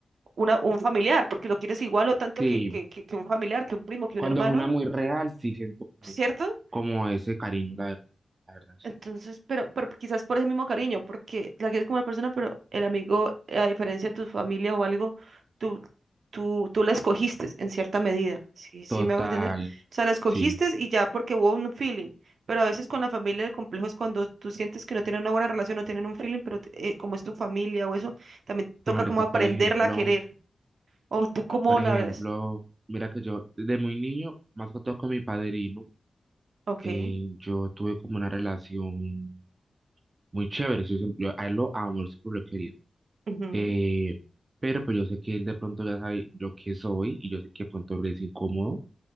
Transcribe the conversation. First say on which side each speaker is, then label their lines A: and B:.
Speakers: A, on the right; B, on the right.
A: una, un familiar, porque lo quieres igual o tanto
B: Sí.
A: que, que, que, que un familiar, que un primo, que
B: Cuando
A: un hermano,
B: es una muy real, sí siento como,
A: ¿cierto?
B: como ese cariño, la verdad. La verdad. sí.
A: Entonces, pero, pero quizás por ese mismo cariño, porque la quieres como una persona, pero el amigo, eh, a diferencia de tu familia o algo, tú, tú, tú la escogiste en cierta medida, sí, sí
B: Total.
A: me hago entender. O sea, la escogiste
B: Sí.
A: y ya porque hubo un feeling, pero a veces con la familia el complejo es cuando tú sientes que no tienen una buena relación, no tienen un feeling, pero eh, como es tu familia o eso, también toca
B: Sí, marica,
A: como aprenderla
B: por ejemplo,
A: a querer. O tú cómo
B: por ejemplo,
A: la ves.
B: mira que yo desde muy niño, más que todo con mi padrino,
A: Ok.
B: eh, yo tuve como una relación muy chévere. Yo, siempre- yo a él lo amo, él siempre lo he querido.
A: ujú,
B: Eh, pero pues yo sé que él de pronto ya sabe yo qué soy y yo sé que de pronto le es incómodo.